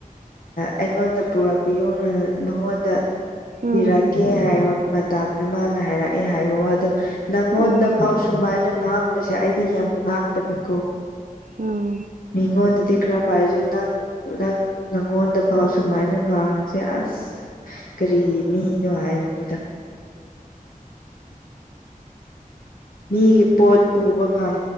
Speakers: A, on the left (about 75°); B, on the right (about 65°).
A: ꯑꯩꯉꯣꯟꯗ ꯄꯨꯔꯛꯄ ꯌꯣꯅ ꯃꯉꯣꯟꯗ ꯄꯤꯔ
B: ꯎꯝ
A: ꯍꯥꯏꯕ ꯃꯇꯗ ꯃꯥꯅ ꯍꯥꯏꯔꯛꯑꯦ ꯍꯥꯏꯕ ꯋꯥꯗꯣ ꯅꯪꯉꯣꯟꯗ
B: ꯎꯝ
A: ꯐꯥꯎ ꯁꯨꯃꯥꯏꯅ ꯉꯥꯡ ꯁꯦ ꯑꯩꯗꯤ ꯌꯥꯝ ꯉꯥꯛꯄꯅꯤꯀꯣ
B: ꯎꯝ
A: ꯃꯤꯉꯣꯟꯗꯗꯤ ꯈꯔ ꯄꯥꯏꯔꯤꯁꯨ ꯅꯪ ꯅꯪ ꯅꯪꯉꯣꯟꯗ ꯄꯥꯎ ꯁꯨꯃꯥꯏꯅ ꯉꯥꯡꯔꯨꯁꯦ ꯑꯁ ꯀꯔꯤ ꯃꯤꯅꯅꯨꯡꯉꯌꯦꯕꯅꯤꯗ ꯃꯤ ꯄꯣꯠ ꯄꯨꯕ ꯉ